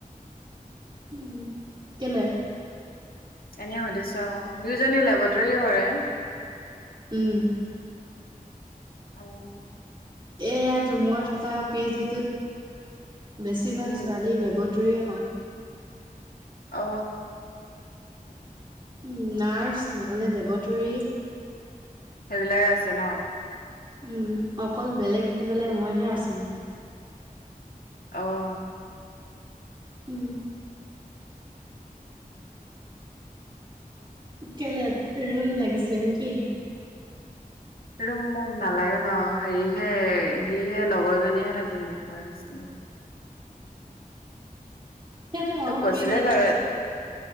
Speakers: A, on the right (about 30°); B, on the left (about 80°).
A: উম্ কেলে?
B: এনেই সুধিছো আৰু দুইজনী লেবৰেটৰীয়েই হয়।
A: উম
B: আহ
A: এইয়াতো মই থকা পি জিটোত বেছিভাগ
B: উম
A: ছোৱালী লেবদ তেওৱান
B: অ
A: উ নাৰচ নহ'লে লেবৰেটৰী
B: সেইবিলাকে আছে ন
A: উম অকল বেলেগ বুলি ক'লে মইহে আছো
B: আহ
A: উম কেলে ৰুম লাগিছিলে নেকি
B: ৰুম মোক নালাগে বাৰ হেৰিহে সিহে লগৰজনীয়েহে থাকিম বুলি কৈ আছে
A: ইয়াতে আহ
B: তোক কৈছিলে
A: পি জি এটা
B: চাগে
A: আছে